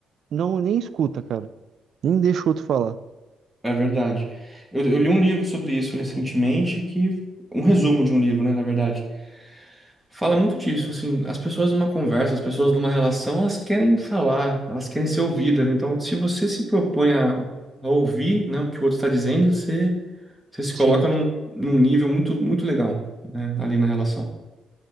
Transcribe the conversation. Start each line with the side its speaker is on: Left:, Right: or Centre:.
Right: não nem escuta, cara. Nem deixa o outro falar.
Centre: é verdade. Eu, eu li um livro sobre isso recentemente, que um resumo de um livro, né, na verdade. Fala muito disso, assim, as pessoas numa conversa, as pessoas numa relação, elas querem falar, elas querem ser ouvidas. Então, se você se propõe a, a ouvir, né, o que o outro está dizendo, você Você se
Right: Sim.
Centre: coloca num, num nível muito, muito legal, né, ali na relação.